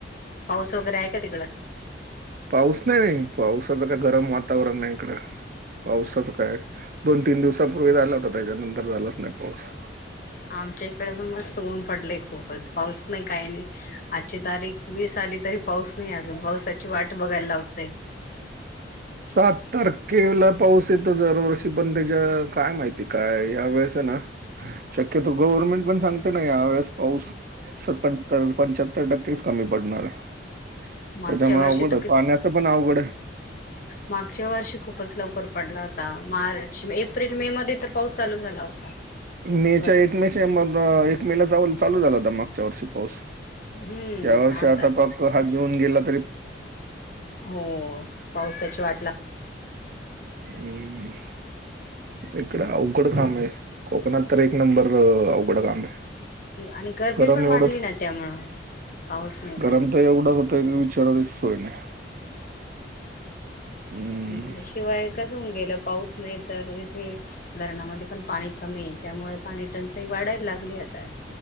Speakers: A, on the left; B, on the right.
A: पाऊस वगैरे आहे का तिकडं
B: पाऊस नाही नाही पावसाचं काय गरम वातावरण नाही इकड. पाऊसाच काय दोन तीन दिवसापूर्वी झाला होता त्याच्यानंतर.... झालाच नाही पाऊस
A: आमच्या इकडे पण मस्त ऊन पडलेय खूप.. पाऊस नाही काही नाही आजची तारीख वीस आली तरी... पाऊस नाही अजून पावसाची वाट बघायला लावते.
B: सात तारखेला.... पाऊस येतो दरवर्षी पण त्याच्या काय माहिती काय ह्या वेळेस ना..... शक्यतो गव्हर्नमेंट पण सांगते ना या वेळेस पाऊस स पर पंच्याहत्तर टक्केच कमी पडणार आहे.
A: मागच्या
B: त्याच्यामुळे
A: वर्षी
B: अवघड
A: तर
B: आहे
A: कि
B: पाण्याच पण अवघड आहे.
A: मागच्या वर्षी खूपच लवकर पडला होता मार्च, एप्रिल-मे मध्ये तर पाऊस चालू झाला होता.
B: मेच्या
A: भरपूर
B: एक मेच्या म एक मेला जा चालू झाला होता मागच्या वर्षी पाऊस.
A: हम्म
B: त्या हो शतापकक
A: आता
B: हर जन ग लग.
A: हो पावसाची वाटला
B: हम्म! इकड अवघड काम आहे कोकणात तर एक नंबर अवघड काम आहे.
A: आणि गरमी
B: गरम
A: पण
B: एवढं
A: वाढली ना त्यामुळं... पाऊस नाही काय
B: गरम
A: नाही
B: तर एवढा होत क विचारा दिस सोय नाही. हम्म.
A: आणि शिवाय..... कस होन गेलं पाऊस नाही तर इथे धरणामध्ये पण पाणी कमी त्यामुळे पाणी टचाई वाढली.... काढायला लागली आता.